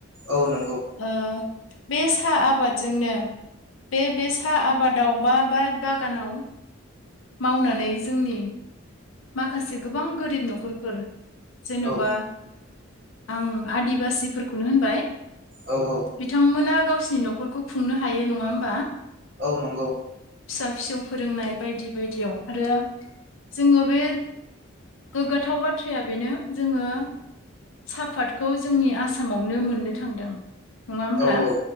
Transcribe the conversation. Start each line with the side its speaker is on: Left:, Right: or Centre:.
Right: औ नंगौ।
Left: ओ बे साहा आबादजोंनो बे बे सा आबादाव बा बा बागानाव मावनानै जोंनि माखासे गोबां गोरिब न'खरफोर जेनेवबा
Right: औ
Left: आं आदिबासिफोरखौनो होनबाय
Right: औ औ
Left: बिथांमोना गावसिनि न'खरखौ खुंनो हायो नङा होमबा?
Right: औ नंगौ
Left: फिसा फिसौ फोरोंनाय बायदि बायदियाव आरो जोङो बे गोग्गाथाव बाथ्राया बेनो जोङो सापादखौ जोंनि आसामावनो मोननो थांदों । नङा होमब्ला
Right: औ औ